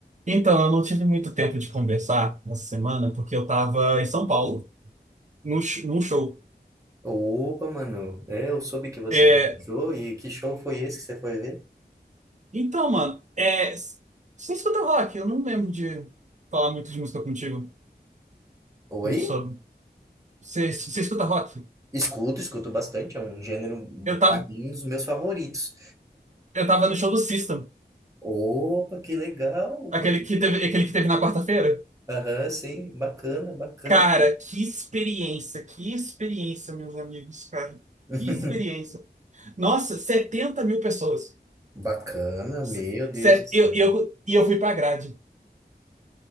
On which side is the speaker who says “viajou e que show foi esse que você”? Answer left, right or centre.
Right